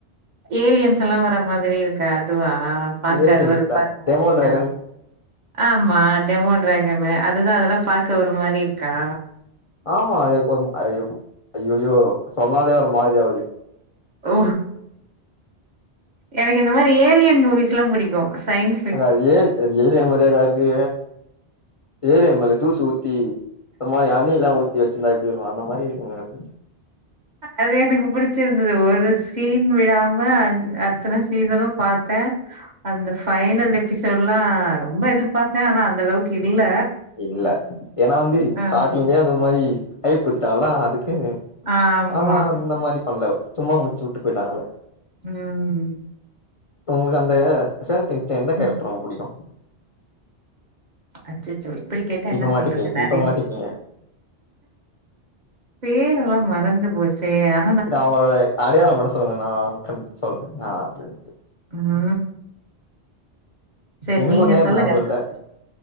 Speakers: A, on the right; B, on the left.
A: ஏலியன்ஸ்லா வர்ற மாதிரி இருக்கே அதுவா பாக்க
B: ஏலியன்ஸ்ல
A: அருவருப்பா அந்த மாரி
B: டெமோ
A: இருக்கா
B: டிராகன்
A: ஆமா டெமோ ட்ராகன் அது தா அதெல்லா பாக்க ஒரு மாரி இருக்கா
B: ஆமா அது ஒரு ஐ ய ஐயயோ சொன்னாலே ஒரு மாதிரி ஆவுது
A: ஓ எனக்கு இந்த மாரி ஏலியன் மூவிஸ் எல்லா புடிக்கு சயின்ஸ்
B: அது ஏ ஏலியன் மாரியாங்க இருக்கு ஏலியன் மேல ஜூசு ஊத்தி இந்த மாரி அணி எல்லா ஊத்தி வச்சிருந்தா எப்டி இருக்கோ அந்த மாரி இருக்குங்க அது
A: அது எனக்கு புடிச்சிருந்தது ஒரு சீன் விடாம அத் அத்தன சீசனும் பாத்த அந்த ஃபைன் பைனல் எபிசோட் எல்லா ரொம்ப எதிர்பார்த்தே ஆனா அந்த அளவுக்கு இல்ல
B: இல்ல ஏன்னா வந்து
A: ஆமா.
B: ஸ்டார்ட்டிங்லயே அந்த மாரி ஐப் குடுத்துட்டாங்களா அதுக்கு
A: ஆமா.
B: ஆனா அந்த மாரி பண்ல சும்மா முடிச்சு உட்டு போயிட்டாங்களே
A: ம் ம்
B: ஒங்களுக்கு அந்த ஸ்டேஞ்சர்ஸ் திங்க்ஸ் ல எந்த
A: ம்.
B: கேரக்டர் ரொம்ப புடிக்கு
A: அச்சச்சோ இப்பிடி கேட்டா
B: இப்ப
A: என்ன
B: மாட்டிப்பீங்க
A: சொல்றது நெறை
B: இப்ப மாட்டிப்பீங்க
A: பேரலா மறந்து போச்சே அப்
B: சேரி அவங்களோட அடையாளம் மட்டு சொல்ங்க நா கண் சொல்றே யாருண்டு
A: ஆனா சேர்
B: எனக்கு
A: நீங்க
B: ஒரு நேம்
A: சொல்லுங்க
B: ஞாபகம்
A: ஃபஸ்ட்டு
B: இல்ல